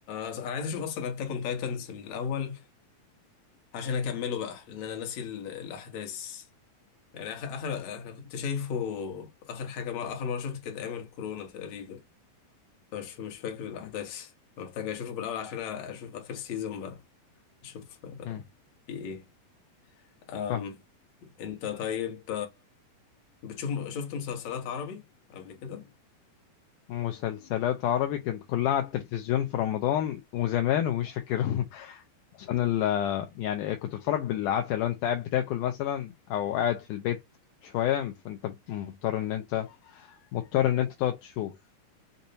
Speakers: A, on the left (about 60°); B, on the left (about 75°).
A: انا عايز اشوف اصلا اتاك اون تايتنز من الاول عشان اكمله بقى لان انا ناسي ال- الاحداث يعني اخر اخر انا كنت شايفه اخر حاجه ما اخر مره شفت كانت ايام الكورونا تقريبا مش مش فاكر الاحداث
B: مم.
A: محتاج اشوفه بالاول عشان اشوف اخر سيزون بقى اشوف
B: مم.
A: في ايه أم.
B: فاهم
A: انت طيب بتشوف شفت مسلسلات عربي قبل كده
B: مسلسلات عربي كانت كلها على التلفزيون في رمضان وزمان ومش فاكرهم <laughs> عشان ال يعني كنت بتفرج بالعافية لو انت قاعد بتاكل مثلا او قاعد في البيت شوية فانت مضطر ان انت مضطر ان انت تقعد تشوف